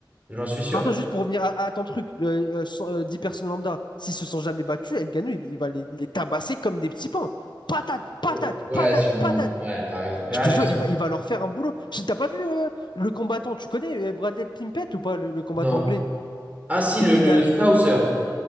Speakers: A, on the right (about 20°); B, on the left (about 65°).
A: J'en suis sûr.
B: Non, attends, juste pour revenir à, à ton truc, le, euh, so- euh, 10 personnes lambda, s'ils se sont jamais battus, Ngannou, il, il va les, les tabasser comme des petits pains. Patate, patate,
A: Oh, Ouais,
B: patate,
A: sûrement.
B: patate.
A: Ouais, t'as raison. Ah,
B: Je te
A: je
B: jure,
A: sais.
B: il va, il va leur faire un boulot. Je- T'as pas vu euh, le combattant, tu connais euh, Bradley Pimpett ou pas, le, le combattant
A: Non.
B: anglais?
A: Ah, si,
B: Il,
A: le,
B: il
A: le
B: a,
A: Scouser.
B: il a-